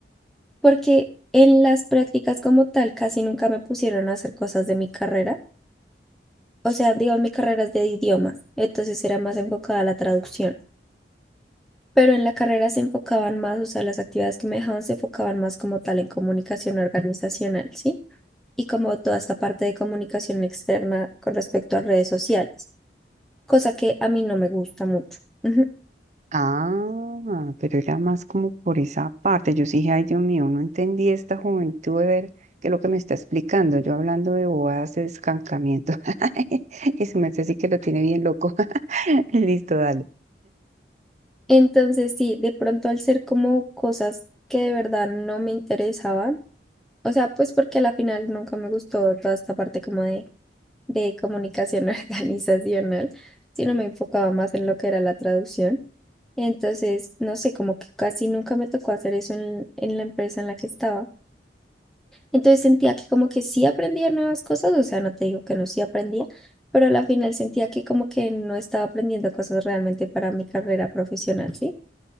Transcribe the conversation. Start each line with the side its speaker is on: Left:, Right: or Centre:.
Centre: Porque en las prácticas como tal casi nunca me pusieron a hacer cosas de mi carrera. O sea, digo, mi carrera es de idiomas, entonces era más enfocada a la traducción. Pero en la carrera se enfocaban más, o sea, las actividades que me dejaban se enfocaban más como tal en comunicación organizacional, ¿sí? Y como toda esta parte de comunicación externa con respecto a redes sociales, cosa que a mí no me gusta mucho. <laughs> Ujú.
Right: Ah, pero era más como por esa parte. Yo sí dije, ay, Dios mío, no entendí esta juventud de ver qué es lo que me está explicando. Yo hablando de bobadas de escancamiento. <laughs> Ese merced sí <laughs> que lo tiene bien loco. <laughs> Listo, dale.
Centre: Entonces, sí, de pronto al ser como cosas que de verdad no me interesaban, O sea, pues porque a la final nunca me gustó toda esta parte como de, de comunicación <laughs> organizacional, sino me enfocaba más en lo que era la traducción. Entonces, no sé, como que casi nunca me tocó hacer eso en, en la empresa en la que estaba. Entonces sentía que como que sí aprendía nuevas cosas, o sea, no te digo que no sí aprendía, pero a la final sentía que como que no estaba aprendiendo cosas realmente para mi carrera profesional, ¿sí?